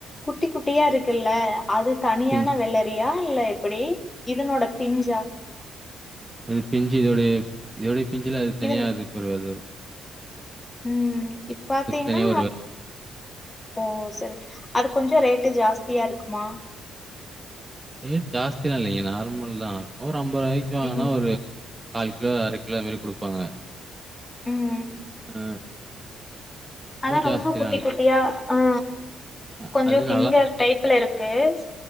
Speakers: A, on the left; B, on the right.
A: குட்டி குட்டியா இருக்குல்ல அது தனியான
B: பிஞ்சு
A: வெள்ளரியா இல்ல எப்டி இதனோட பிஞ்சா
B: இது பிஞ்சு இதோடய இதோட பிஞ்சில அது தனியா
A: இது
B: அதுக்கொரு வெத இருக்கு
A: ம் இப் பாத்தீங்கன்னா
B: தனியா ஒரு
A: ஓ சரி அது கொஞ்சோ ரேட்டு ஜாஸ்தியா இருக்குமா
B: ரேட் ஜாஸ்தில்லா இல்லைங்க நார்மல் தா அம்பது ரூவாயிக்கு வாங்கனா
A: ம்
B: ஒரு கால் கிலோ அர கிலோ அந் மாரி குடுப்பாங்க
A: ம்
B: அ
A: அதா
B: ஜாஸ்திலாம்
A: ரொம்ப குட்டிக்
B: இல்ல.
A: குட்டியா ஆ
B: அ
A: கொஞ்சொ
B: அது நல்லா
A: ஃபிங்கர் டைப்ல இருக் கேஸ்